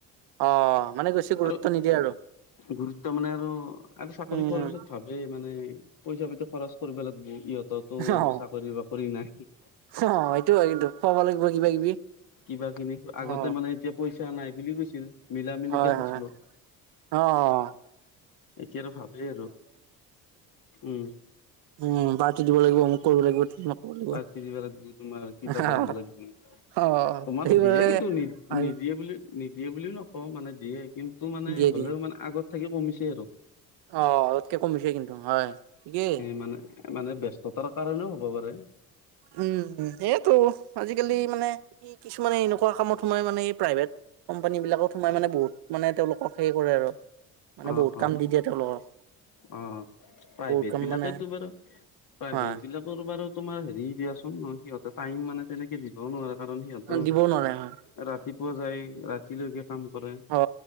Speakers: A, on the right; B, on the left.
A: অ', মানে বেছি গুৰুত্ব
B: আৰু
A: নিদিয়ে আৰু।
B: গুৰুত্ব মানে আৰু আৰু চাকৰি
A: উম
B: পোৱাৰ পিছত ভাব মানে পইচা পাতি খৰচ কৰিব লাগব ইহঁতৰতো
A: অ
B: চাকৰি বাকৰি নাই।
A: অ', এইটো হয়, কিন্তু খোৱাব লাগিব কিবা কিবি।
B: কিবা কিনি আগতে
A: অ
B: মানে এতিয়া পইচা নাই বুলি কৈছিল মিলা মিলিকে
A: হয়
B: খাইছিলোঁ।
A: হয় অ', অ'।
B: এতিয়া আৰু ভাবেই আৰু উম।
A: উম পাৰ্টি দিব লাগিব
B: পাৰ্টি
A: অমুক কৰিব লাগিব তমুক কৰিব
B: দিব লাগব তোমাৰ
A: লাগিব
B: কিবা কৰিব <unintelligible>
A: অ
B: তোমাৰ
A: সেইবাবে
B: দিয়ে কিন্তু নি-নিদিয়ে
A: হয়
B: বুলি নিদিয়ে বুলিও নকওঁ, মানে দিয়ে কিন্তু মানে
A: দিয়ে
B: হ'লেও
A: দিয়ে
B: মানে আগত থাকি কমিছে আৰু।
A: অ', আগতকে কমিছে কিন্তু হয়, ঠিকেই।
B: সেই মানে মানে ব্যস্ততাৰ কাৰণেও হ'ব পাৰে।
A: উম, এইটো আজিকালি মানে ই কিছুমানে এনেকুৱা কামত সোমাই মানে এই প্ৰাইভেত কোম্পানী বিলাকত সোমাই মানে বহুত মানে তেওঁলোকক সেই কৰে আৰু। মানে
B: অ
A: বহুত
B: অ
A: কাম দি দিয়ে তেওঁলোকক।
B: অ', প্ৰাইভেত
A: বহুত কাম
B: বিলাকেইতো
A: মানে
B: বাৰু প্ৰাইভেত
A: হয়
B: বিলাক <unintelligible> বাৰো তোমাৰ হেৰি দিয়াচোন ন, সিহঁতে টাইম মানে। তেনেকে দিবও নোৱাৰে কাৰণ সিহঁতৰ
A: দিবও নোৱাৰে হয়
B: ৰাতিপুৱা যায় ৰাতিলৈকে কাম কৰে।
A: অ,